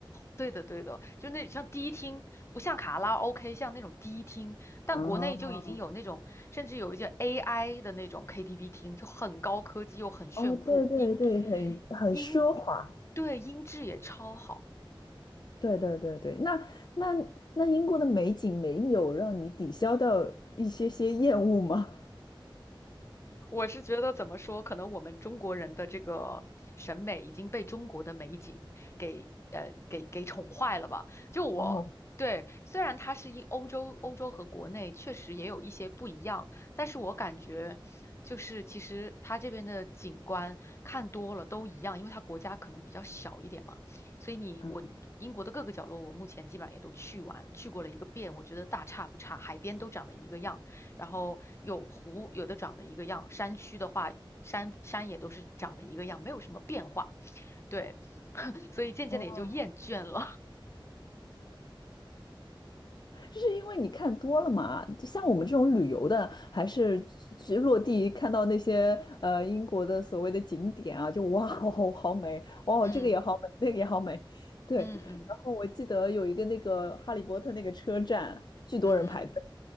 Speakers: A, on the left; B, on the left.
A: 对的，对的，就那像迪厅，不像卡拉 OK，像那种迪厅，但国内就已经有那种，
B: 啊，
A: 甚至有一些 AI 的那种 KTV 厅，就很高科技又很炫酷，
B: 哦，对对对，
A: 音
B: 很很奢华，
A: 音对音质也超好。
B: 对对对对，那那那英国的美景没有让你抵消掉一些些厌恶吗？
A: 我是觉得怎么说，可能我们中国人的这个审美已经被中国的美景给呃给给宠坏了吧？就我对，
B: <laughs> 哦，
A: 虽然它是一欧洲欧洲和国内确实也有一些不一样，但是我感觉就是其实它这边的景观看多了都一样，因为它国家可能比较小一点嘛，所以你我英国的各个角落我目前基本上也都去完了，
B: 嗯，
A: 去过了一个遍，我觉得大差不差，海边都长得一个样。然后有湖，有的长得一个样，山区的话，山山也都是长得一个样，没有什么变化。对，<laughs> 所以渐渐的也就厌倦了。
B: 哦，是因为你看多了嘛？就像我们这种旅游的，还是去落地看到那些呃英国的所谓的景点啊，就哇哦好美，哇哦这个也好美，
A: <laughs> 嗯
B: 那个也好美，对。
A: 嗯嗯
B: 然后我记得有一个那个哈利波特那个车站，巨多人排队，
A: 嗯，